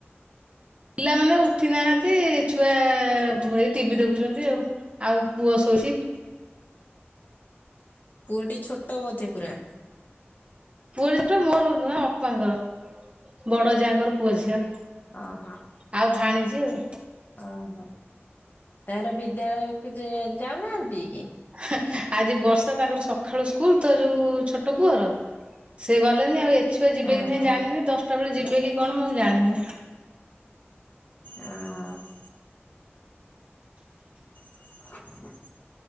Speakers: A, on the right; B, on the left.
A: ପିଲାମାନେ ଉଠି ନାହାନ୍ତି। ଛୁଆ ଏଇ ଟିଭି ଦେଖୁଛନ୍ତି ଆଉ। ଆଉ ପୁଅ ଶୋଇଛି।
B: ପୁଅଟି ଛୋଟ ବୋଧେ ପୁରା?
A: <unintelligible> ତ ମୋର ନୁହଁ ଅପାଙ୍କର। ବଡ ଯାଆଙ୍କର ପୁଅ ଝିଅ।
B: ଅ ହଁ।
A: ଆଉ ଭାଣିଜି ଆଉ।
B: ଅ ହ ତାଙ୍କର ବିଦ୍ୟାଳୟକୁ ଯି ଯାଉନାହାନ୍ତି କି?
A: ହା ଆଜି ବର୍ଷା ତାଙ୍କର ସକାଳୁ ସ୍କୁଲ ତ ଯୋଉ ଛୋଟ ପୁଅର। ସେ ଗଲେନି। ଆଉ ଏଛୁଆ ଯିବେ
B: ଓହୋ
A: କି ନାଇଁ ଜାଣିନି। ଦଶଟା ବେଳେ ଯିବେ କି କଣ ମୁଁ ଜାଣିନି।
B: ଅ ହ। <unintelligible>